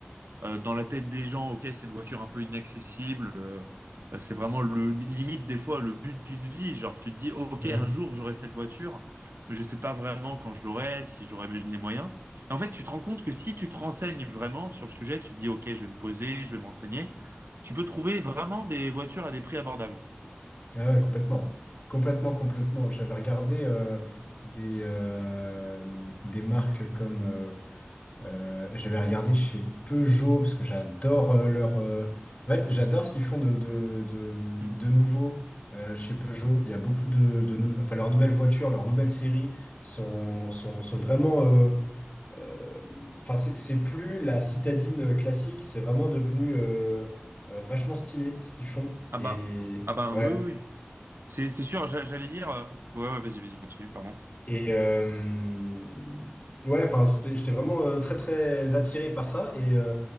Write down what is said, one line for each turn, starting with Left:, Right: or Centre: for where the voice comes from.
Right: euh, dans la tête des gens, ok, c'est une voiture un peu inaccessible. euh, euh, c'est vraiment le limite des fois le but d'une vie. Genre, tu te dis, ok,
Left: Mhm.
Right: un jour j'aurai cette voiture, mais je sais pas vraiment quand je l'aurai, si j'aurai mes- les moyens. Et en fait, tu te rends compte que si tu te renseignes vraiment sur le sujet, tu te dis, ok, je vais me poser, je vais m'enseigner, tu peux trouver vraiment des voitures à des prix abordables.
Left: Ah ouais, complètement. Complètement, complètement. J'avais regardé euh, des, euh, des marques comme... euh, euh, j'avais regardé chez Peugeot, parce que j'adore euh, leur... euh, En fait, j'adore ce qu'ils font de, de, de,
Right: Mm.
Left: de nouveau euh, chez Peugeot. Il y a beaucoup de... de nou- Enfin, leurs nouvelles voitures, leurs nouvelles séries sont, sont, sont vraiment... euh, euh, enfin, c'est c'est plus la citadine classique, c'est vraiment devenu euh, euh, vachement stylé ce qu'ils font.
Right: Ah
Left: Et
Right: ben, ah ben,
Left: ouais.
Right: oui, oui, oui. C'est c'est sûr, j'a- j'allais dire. euh, Ouais, ouais, vas-y, vas-y, continue, pardon.
Left: Et euh, ouais, enfin, c'était- j'étais vraiment euh, très très attiré par ça. Et, euh,